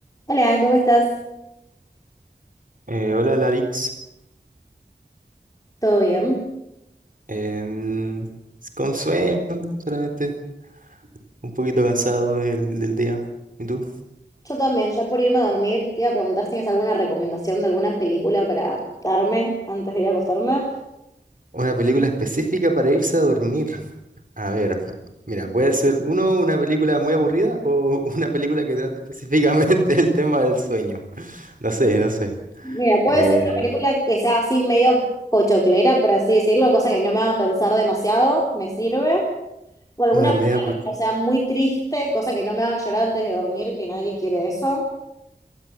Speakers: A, on the left; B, on the right.
A: Hola, ¿cómo estás?
B: Eh, hola Larix,
A: ¿Todo bien?
B: Em, con sueño solamente, un poquito cansado del, del día. ¿Y tú?
A: Yo también, ya por irme a dormir, te iba a preguntar si tienes alguna recomendación de alguna película para darme antes de ir a acostarme.
B: Una película específica para irse a dormir. A ver, mira, puede ser uno, una película muy aburrida o <laughs> una película que trate específicamente el tema del sueño. No sé, no sé.
A: Mira, puede
B: Eh,
A: ser una película que sea así medio pochoclera, por así decirlo, cosa que no me haga pensar demasiado, me sirve. O alguna
B: una
A: película
B: media, pu-
A: que no sea muy triste, cosa que no me haga llorar antes de dormir, que nadie quiere eso.